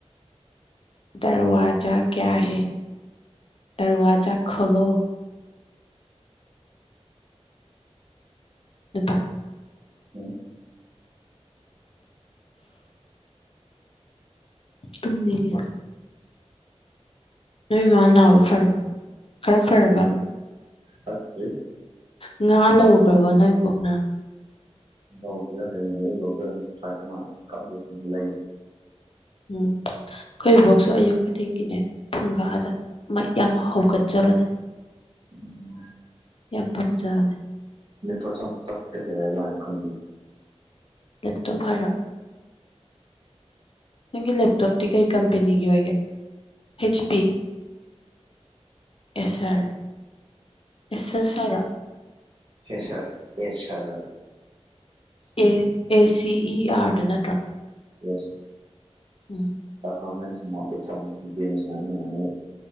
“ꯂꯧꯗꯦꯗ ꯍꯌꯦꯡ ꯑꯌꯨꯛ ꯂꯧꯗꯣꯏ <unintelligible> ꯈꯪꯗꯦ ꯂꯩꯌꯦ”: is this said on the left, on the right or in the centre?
Right